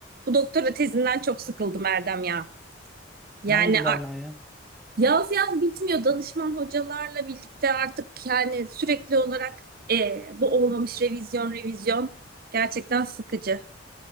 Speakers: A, on the right; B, in the centre.
A: Bu doktora tezinden çok sıkıldım Erdem ya. Yani
B: Ne oldu
A: a-
B: Berna'ya?
A: yaz yaz bitmiyor danışman hocalarla birlikte artık yani sürekli olarak e, bu olmamış revizyon revizyon gerçekten sıkıcı.